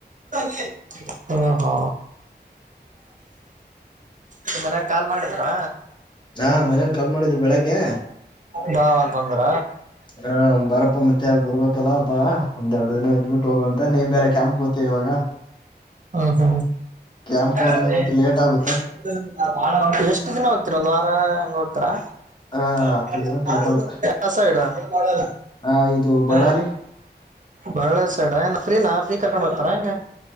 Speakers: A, on the right; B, on the left.
A: ಹ ಹಾ ನಿಮ್ಮ ಮನ್ಯಾಗ ಕಾಲ್ ಮಾಡಿದ್ರಾ
B: ಹಾ ಮನೇಲಿ ಕಾಲ್ ಮಾಡಿದ್ರು ಬೆಳಿಗ್ಗೆ
A: ಬಾ ಅಂತಂದ್ರ
B: ಹಾ ಬಾರಪ್ಪ ಮತ್ತೆ ಬರ್ಬೇಕಲ್ಲ ಬಾ ಒಂದೆರಡು ಇದ್ಬಿಟ್ಟು ಹೋಗು ಅಂತ ನೀನ್ ಬೇರೆ ಕ್ಯಾಂಪ್ ಹೋಗ್ತ ಇವಾಗ
A: ಹ ಹ
B: ಕ್ಯಾಂಪ್
A: <unintelligible>
B: ಹೋದ್ರೆ ಮತ್ತೆ ಲೇಟ್ ಆಗುತ್ತೆ
A: ಎಷ್ಟು ದಿನ ಹೋಗ್ತಿರ ಒಂದು ವಾರ ಹಂಗ ಹೋಗ. ಆತ.
B: ಆ
A: <unintelligible> ಯಾವ
B: ಹತ್ತು ದಿನ ಟೋಟಲ್
A: ಸೈಡ <unintelligible>
B: ಆ ಇದು ಬಳ್ಳಾರಿ
A: ಬಳ್ಳೇರ್ ಸೈಡ್ ಏನ್ ಫ್ರೀನಾ ಫ್ರೀ ಕರ್ಕೊಂಡ್ ಹೋಗತಾರ ಹೆಂಗೆ.